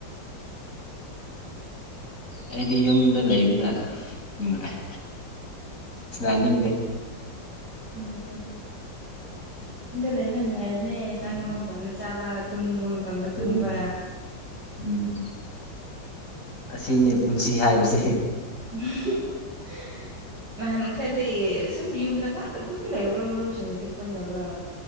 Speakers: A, on the left (about 45°); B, on the right (about 65°).
A: ꯑꯩꯗꯤ ꯌꯨꯝꯗ ꯂꯩꯕꯅ ꯅꯨꯡꯉꯥꯏ ꯁꯅꯤꯡꯗꯦ
B: ꯎꯝ ꯑꯗ ꯂꯩꯕꯅ ꯅꯨꯡꯉꯥꯏꯔꯤꯕꯅꯦ ꯆꯥꯅꯤꯡꯕ
A: ꯎꯝ
B: ꯃꯇꯝꯗ ꯆꯥꯕ ꯇꯨꯝꯅꯤꯡꯕ ꯃꯇꯝꯗ
A: ꯑꯗꯨꯅꯤ
B: ꯇꯨꯝꯕ
A: ꯎꯝ ꯑꯁꯤꯅꯦ ꯄꯨꯟꯁꯤ ꯍꯥꯏꯕꯁꯦ
B: <unintelligible>
A: <unintelligible>
B: ꯅꯍꯥꯟ ꯈꯔꯗꯤ ꯁꯨꯝ ꯌꯨꯝꯗ ꯉꯥꯛꯇ ꯑꯗꯨꯝ ꯂꯩꯕ꯭ꯔꯥ ꯃꯔꯨꯞꯁꯤꯡꯒꯗꯤ ꯄꯨꯟꯗꯕ꯭ꯔꯥ